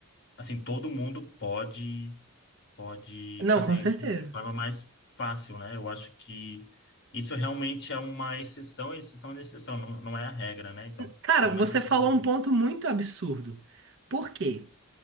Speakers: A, on the left; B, on the right.
A: assim todo mundo pode pode
B: Não,
A: fazer
B: com certeza.
A: isso de forma mais fácil, né? Eu acho que isso realmente é uma exceção, exceção de exceção, não, não é a regra, né? Então,
B: Cara,
A: realmente
B: você
A: as pessoas.
B: falou um ponto muito absurdo. Por quê?